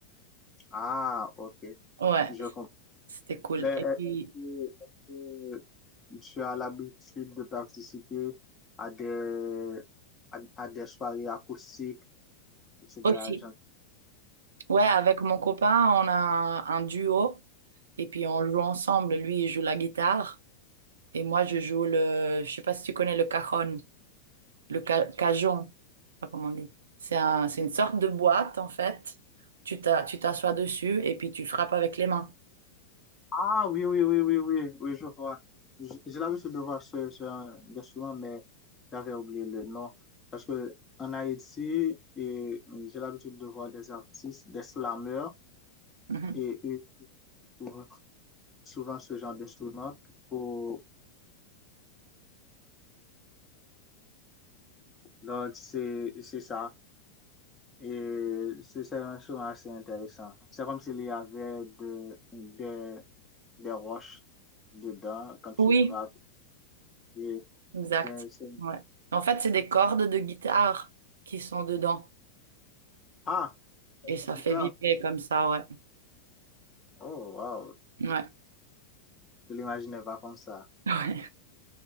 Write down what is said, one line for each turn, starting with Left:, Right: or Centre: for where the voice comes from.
Left: Ah, ok,
Right: Ouais,
Left: je comprends.
Right: c'était cool.
Left: Mais est-ce
Right: Et puis
Left: que, est-ce que tu as l'habitude de participer à des, à, à des soirées acoustiques, etc.,
Right: aussi, Ouais, avec mon copain, on a un, un duo et puis on joue ensemble. Lui, il joue la guitare et moi, je joue le, je sais pas si tu connais le cajon, le ca- cajon, je sais pas comment on dit. C'est un, c'est une sorte de boîte en fait. Tu t'as, tu t'assois dessus et puis tu frappes avec les mains.
Left: Ah oui, oui, oui, oui, oui, oui, je vois. Je, je l'avais su devoir sur, sur un instrument, mais j'avais oublié le nom. Parce que en Haïti, et, et j'ai l'habitude de voir des artistes, des slameurs,
Right: Mhm.
Left: et ils trouvent souvent ce genre d'instrument. Pour... Donc, c'est c'est ça. Et c'est c'est un instrument assez intéressant. C'est comme s'il y avait de, des, des roches dedans quand tu
Right: Oui,
Left: frappes. Et
Right: exact.
Left: c'est- c'est-
Right: Ouais. En fait, c'est des cordes de guitare qui sont dedans
Left: Ah,
Right: et ça fait
Left: putain!
Right: vibrer comme ça, ouais.
Left: Oh, wow!
Right: Ouais.
Left: Je l'imaginais pas comme ça.
Right: <laughs> Ouais.